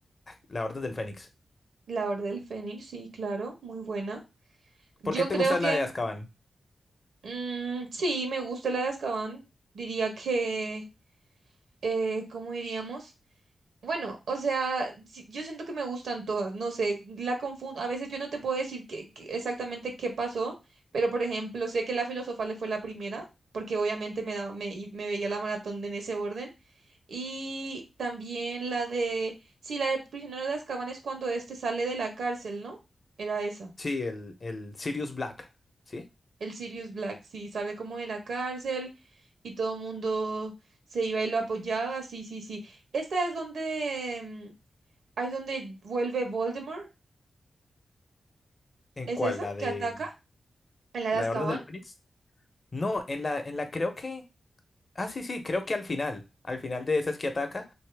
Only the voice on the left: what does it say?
La Orden del Fénix.
¿Por qué te
gusta
la de Azkaban?
Sí, el, el Sirius Black. ¿sí?
¿En
cuál?
¿La de
la
de Orden del Fénix? No, en la, en la creo que. Ah, sí, sí, creo que al final. Al final de esa es que ataca.